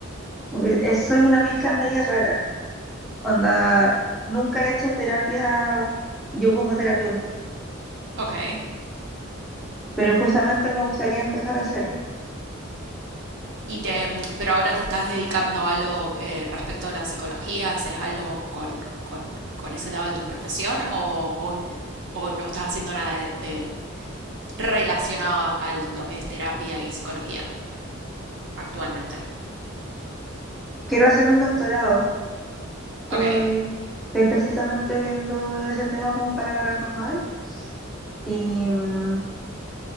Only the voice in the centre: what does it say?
como que es- soy una mezcla media rara, onda, nunca he hecho terapia yo como terapeuta,
pero justamente me gustaría empezar a hacerlo.
Quiero hacer un doctorado Estoy,
estoy precisamente viendo ese tema como para retomar y, mm,